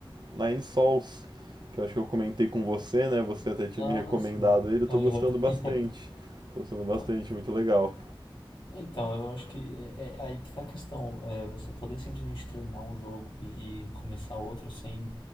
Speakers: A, on the right; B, on the left.
A: Nine Sols, que eu acho que eu comentei com você, né? Você até tinha
B: um? Ah,
A: me recomendado
B: sim.
A: ele, eu
B: Aham.
A: tô gostando bastante. Tô gostando bastante,
B: <laughs>
A: muito legal.
B: Então, eu acho que é é aí que tá a questão. É você poder simplesmente terminar um jogo e, e começar outro sem,